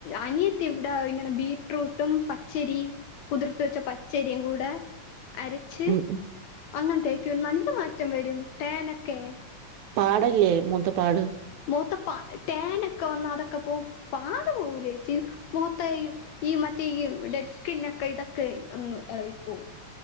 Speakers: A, on the left (about 75°); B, on the right (about 80°).
A: അനിയത്തി ഇവിടെ ഇങ്ങനെ ബീട്ട്റൂട്ടും പച്ചരിയും കുതിർത്ത് വെച്ച പച്ചരിയും കൂടെ അരച്ച്
B: ഉം ഉം
A: അങ്ങന തേക്കും നല്ല മാറ്റം വരും തേനൊക്കെ
B: പാടല്ലേ മുഖത്തെ പാട്
A: മുഖത്തെ പാ ടാനൊക്കെ വന്ന അതൊക്കെ പോവും പാട് പോവൂല ചേച്ചി മുഖത്ത ഈ മറ്റേ ഈ ഡെഡ് സ്കിന് ഒക്കെ ഇതൊക്കെ അങ്ങ് ഇളകി പോവും